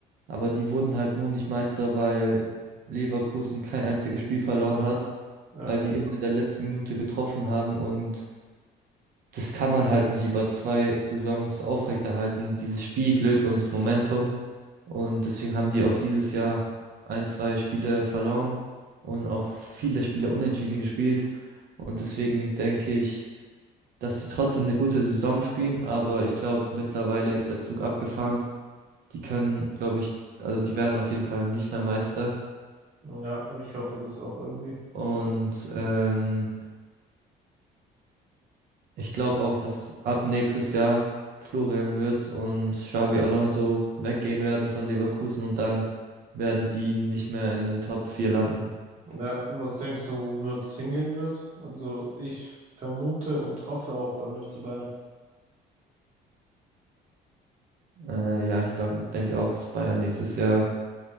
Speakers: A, on the right (about 65°); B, on the right (about 45°).
A: Aber die wurden halt nur nicht Meister, weil Leverkusen kein einziges Spiel verloren hat,
B: Ja,
A: weil die immer in der letzten Minute getroffen haben und das kann man halt nicht über zwei Saisons aufrechterhalten, dieses Spielglück und das Momentum. Und deswegen haben die auch dieses Jahr ein, zwei Spiele verloren und auch viele Spiele unentschieden gespielt. Und deswegen denke ich, dass sie trotzdem eine gute Saison spielen, aber ich glaube, mittlerweile ist der Zug abgefahren. Die können, glaube ich, also die werden auf jeden Fall nicht mehr Meister.
B: ja, und ich hoffe, das auch irgendwie.
A: Und ähm, Ich glaube auch, dass ab nächstes Jahr Florian Wirtz und Xavi Alonso weggehen werden von Leverkusen und dann werden die nicht mehr in den Top 4 landen.
B: Ja, was denkst du, wo wird's hingehen wird? Also ich vermute und hoffe auch beim FC Bayern.
A: Äh, ja, ich denk, denke auch, dass Bayern nächstes Jahr.